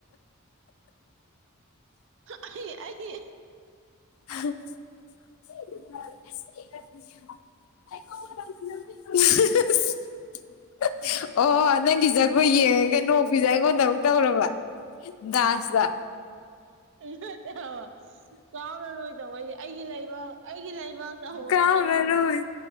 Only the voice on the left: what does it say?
<inaudible> <inaudible> ꯑꯣ ꯅꯪꯒꯤ ꯖꯒꯣꯏ ꯌꯦꯡꯉꯒ ꯅꯣꯛꯄꯤꯖꯦ ꯑꯩꯉꯣꯟꯗ ꯑꯃꯨꯛ ꯇꯧꯔꯕ ꯗꯥ꯭ꯟꯁꯗ
ꯀꯥꯎꯔꯔꯣꯏ